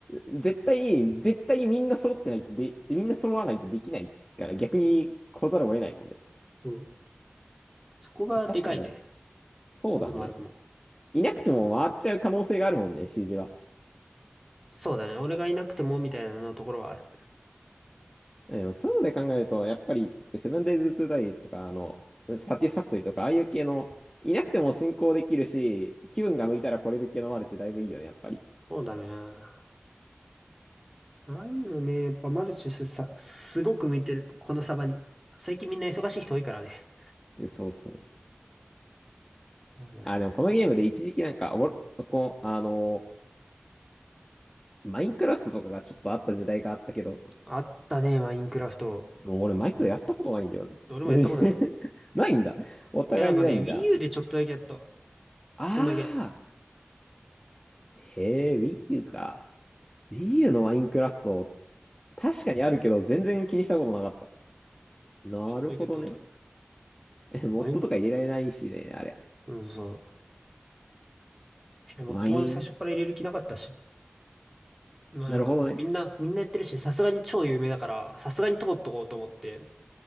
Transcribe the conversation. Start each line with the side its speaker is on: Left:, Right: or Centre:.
Left: 絶対に、絶対にみんな揃ってないとで、みんな揃わないとできないから逆に来ざるを得ないもんね。
Centre: そう、そこがでかいね。
Left: あ確かに、そうだね。
Centre: よくも悪くも。
Left: いなくても回っちゃう可能性があるもんね、CG は。
Centre: そうだね。俺がいなくてもみたいなのところはある。
Left: あでもそういうので考えると、やっぱり、セブンデイズ・トゥ・ダイとか、あの、サティスファクトリーとか、ああいう系の、いなくても進行できるし、気分が向いたら来れる系のマルチだいぶいいよね、やっぱり。
Centre: そうだね。ないうのね。やっぱマルチとしてさ、すごく向いてる。このサバに。最近みんな忙しい人多いからね。
Left: そうそう。
Centre: うん
Left: あ、でもこのゲームで一時期なんか、おもろこう、あの、マインクラフトとかがちょっとあった時代があったけど、
Centre: あったね、マインクラフト。
Left: でも俺マイクラやったことないんだよね。
Centre: 俺もやったことない。
Left: えー
Centre: い
Left: <laughs> ないんだ。お互いにないんだ。
Centre: や、なんかね、Wii U でちょっとだけやったわ。
Left: ああ。
Centre: そんだけ。
Left: へえ、Wii U か。Wii U のマインクラフト、確かにあるけど、全然気にしたことなかった。なるほどね。
Centre: ちょっとだけやったことある。
Left: えモッドとか入れられないしね、
Centre: マイン、
Left: あれ。
Centre: うん、そう。でもとも最初から入れる気なかったし。
Left: マイン。
Centre: まあなんか、
Left: なるほどね。
Centre: みんな、みんなやってるし、さすがに超有名だから、さすがに通っとこうと思って、